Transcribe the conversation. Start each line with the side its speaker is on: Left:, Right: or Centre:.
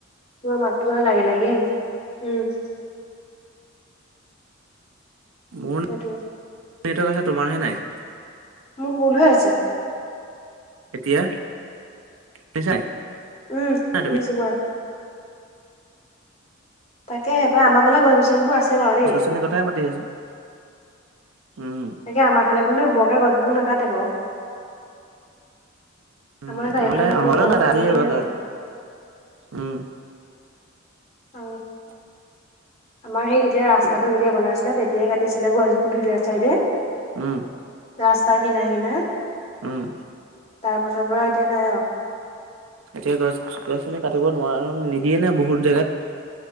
Left: তোমাৰ মাতটো অলপ লাগি লাগি আহিছে, উম।
Right: মোৰ
Left: সেইটো।
Right: নেটৱৰ্ক আছে, তোমাৰহে নাই।
Left: মোৰ ভুল হৈ আছে।
Right: এতিয়া, শুনিছাই
Left: উম,
Right: নাই
Left: শুনিছোঁ
Right: তুমি
Left: কোৱা। তাকেহে পাই, আমাৰ ফালে গছ গছনিবোৰ আছে বাৰু দেই।
Right: অথনি কথাই পাতি আছোঁ। উম।
Left: তাকে আমাৰ ফালে বোলো বকে গছবোৰ নাকাটে বাৰু।
Right: উম
Left: আমাৰ চাৰিওফালে
Right: নহলে
Left: অকল
Right: আমাৰো
Left: গছ
Right: নাই
Left: গছনিহে
Right: আজি
Left: আছে।
Right: উম। <inaudible>
Left: অ', আমাৰ সেই তেতিয়া ৰাস্তাটো যেতিয়া বনাইছিলে, তেতিয়াই কাটিছিলে গছবোৰ দুইটা চাইডে।
Right: উম।
Left: ৰাস্তাৰ কিনাৰে কিনাৰে।
Right: উম।
Left: তাৰ পাছৰ পৰা এতিয়া নাই আৰু।
Right: এতিয়া গছ গছনি কাটিব নোৱাৰ, নিদিয়ে ন' বহুত জেগাত।